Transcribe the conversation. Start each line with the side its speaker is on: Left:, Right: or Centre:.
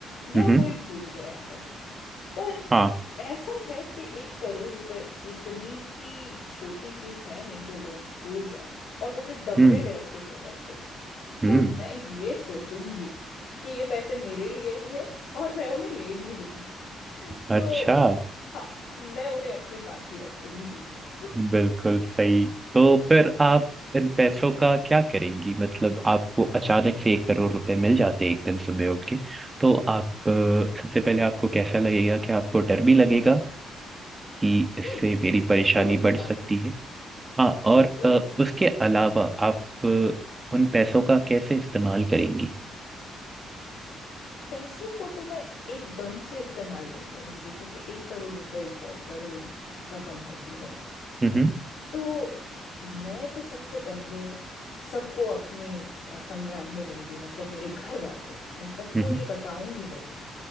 Left: या
Right: हम्म हम्म
Left: कोई
Right: हम्म,
Left: भूल गया है पर
Right: हाँ
Left: ऐसा है कि एक करोड़ रुपए इतनी भी छोटी चीज है नहीं जो लोग भूल जाए और वो भी डब्बे
Right: हम्म
Left: में रखे हुए पैसे
Right: हम्म
Left: तो मैं ये सोचूंगी कि ये पैसे मेरे लिए ही है और मैं उन्हें ले भी लूंगी
Right: अच्छा
Left: तो हाँ मैं उन्हें अपने पास ही रखूंगी <laughs>
Right: बिल्कुल सही तो फिर आप इन पैसों का क्या करेंगी मतलब आपको अचानक से एक करोड़ रुपए मिल जाते हैं एक दिन सुबह उठ के तो आप अ, सबसे पहले आपको कैसा लगेगा कि आपको डर भी लगेगा कि इससे
Left: हम्म
Right: मेरी परेशानी
Left: डर तो लगेगा
Right: बढ़ सकती है हाँ और
Left: हम्म
Right: अ, उसके अलावा आप अ, उन पैसों का कैसे इस्तेमाल करेंगी
Left: पैसों को तो मैं एकदम से इस्तेमाल नहीं करूंगी क्योंकि एक करोड़ रुपए एक बहुत बड़ी रकम होती है
Right: हम्म
Left: तो मैं तो सबसे पहले सबको अपने अ, संज्ञान में लूंगी मतलब मेरे घर वाले मैं सबको
Right: हम्म
Left: ये बताऊंगी जरूर